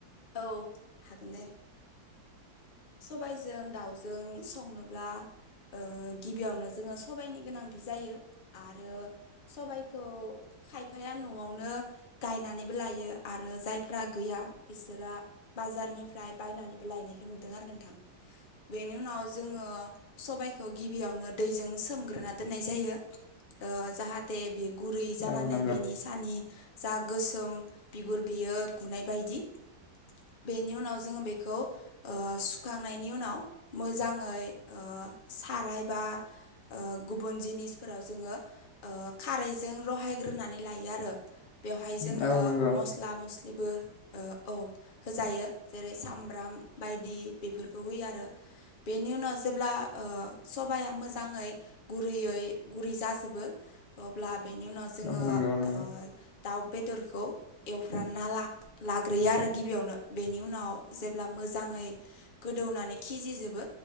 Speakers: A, on the left; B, on the left.
A: औ हागोन दे। सबायजों दाउजों संनोब्ला। ओ गिबियावनो जोङो सबाइनि गोनांथि जायो आरो सबायखौ। खायफाया न'आवनो गायनानैबो लायो आरो जायफ्रा गैया। बिसोरा बाजारनिफ्राय बायनानैबो लायनायखौ नुदों आरो नोंथां। बेनि उनाव जोङो सबायखौ गिबियावनो दैजों सोमग्रोना दोननाय जायो। ओ जाहाथे बि। गुरै जानानै
B: औ नंगौ
A: बेनि सानि जा गोसोम बिगुर बेयो गुनाय बायदि। बेनि उनाव जोङो बेखौ ओ सुखांनायनि उनाव मोजां। ओमफाय ओ सारायबा ओ। गुबुन जिनिसफोराव जोङो ओ खारैजों रहायग्रोनानै लायो आरो। बेवहाय जोङो
B: औ नंगौ
A: मस्ला मस्लिबो ओ। औ होजायो जेरै सामब्राम बायदि बेफोरखौ होयो आरो। बेनि उनाव। जेब्ला ओ सबाया मोजाङै गुरैयै गुरै जाजोबो अब्ला। बेनि उनाव जोङो
B: औ नंगौ नंगौ
A: ओ दाउ बेदरखौ एवफ्राना लाग गैया आरो गिबियावनो बेनि उनाव जेब्ला मोजाङै। दौनानै खिजि होजोबो